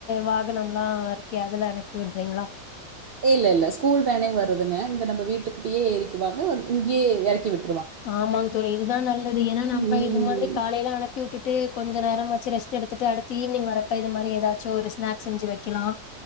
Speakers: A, on the left (about 65°); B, on the right (about 85°).
A: வாகனம்லா இருக்கே அதுல அனுப்பி விடுறீங்களா
B: இல்ல இல்ல ஸ்கூல் வேனே வருதுங்க இங்க நம்ம வீட்டுக்கிட்டயே ஏறிக்குவாங்க இங்கேயே எறக்கி விட்
A: ஆமாங்க தோழி இதுதா நல்லது ஏன்னா நம்ம
B: ம்.
A: இது மாதிரி காலையில அனுப்பி விட்டு டுட்டு கொஞ்ச நேரமாச்சு ரெஸ்ட் எடுத்துட்டு அடுத்து ஈவ்னிங் வரப்ப இது மாரி எதாச்சு ஒரு ஸ்னாக்ஸ் செஞ்சு வக்கலா